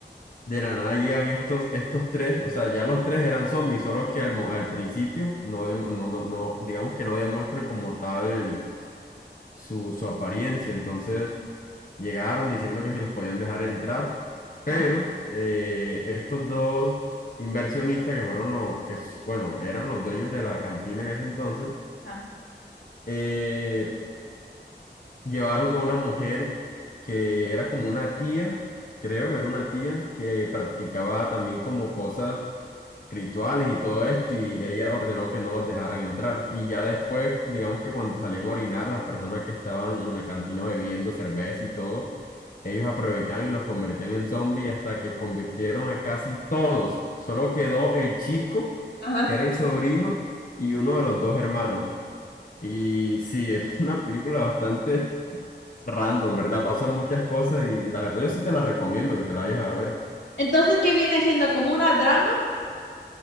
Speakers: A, on the left; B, on the left.
A: de la nada llegan estos, estos tres, o sea, ya los tres eran zombies, solo que al, mo- al principio no, dem- no, no, no- digamos que no demuestran como tal su, su apariencia. Entonces llegaron diciendo que si los podían dejar entrar, pero
B: Ajá.
A: eh, estos dos inversionistas que fueron los que, s- bueno, eran los dueños de la cantina en ese entonces,
B: Ajá.
A: eh, llevaron a una mujer que era como una tía, creo, era una tía que practicaba también como cosas rituales y todo esto, y ella ordenó que no los dejaran entrar. Y ya después, digamos que cuando salían a orinar, las personas que estaban en la cantina bebiendo cerveza y todo, ellos aprovechaban y los convertían en zombies hasta que convirtieron a casi todos. Solo quedó el chico,
B: Ajá.
A: que era el sobrino, y uno de los dos hermanos. Y sí, <laughs> es una película bastante random, ¿verdad? Pasan muchas cosas y la verdad yo sí te la recomiendo que te la vayas a ver.
B: Entonces, ¿qué viene siendo? ¿Como una drama?